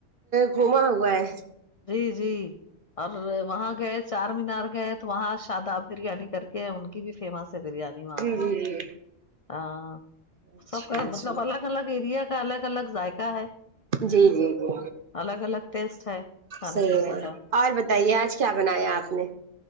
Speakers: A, on the right; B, on the left.
A: گھوما ہوا ہے
B: جی جی اور وہاں گئے چار مینار گئے تو وہاں شاداب بریانی کر کے ان کی بھی فیمس ہے بریانی وہاں
A: جی
B: پہ
A: جی جی
B: ہ
A: اچھا
B: سب کا
A: اچھا
B: مطلب الگ الگ ایریا کا الگ الگ ذائقہ ہے
A: جی جی جی
B: الگ الگ ٹیسٹ ہے کھانے
A: صحیح
B: پینے
A: ہے
B: کا
A: اور بتائیے آج کیا بنایا آپ نے